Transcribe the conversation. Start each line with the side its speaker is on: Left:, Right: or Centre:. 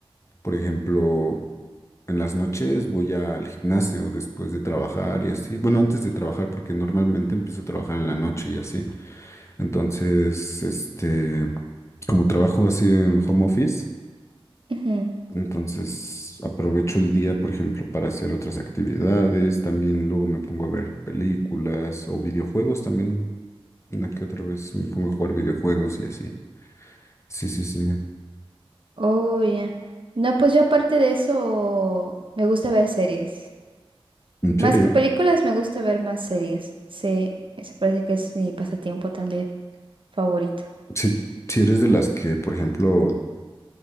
Left: por ejemplo, en las noches voy al gimnasio después de trabajar y así, bueno, antes de trabajar, porque normalmente empiezo a trabajar en la noche y así, entonces, este, como trabajo así en home office,
Right: Ujú.
Left: Entonces aprovecho el día, por ejemplo, para hacer otras actividades. También luego me pongo a ver películas o videojuegos también. Una que otra vez me pongo a jugar videojuegos y así. Sí, sí, sí.
Right: Oh, ya. No, pues yo aparte de eso, me gusta ver series.
Left: En
Right: Más
Left: serio.
Right: que películas, me gusta ver más series. Sí, eso parece que es mi pasatiempo también favorito.
Left: Si, si eres de las que, por ejemplo,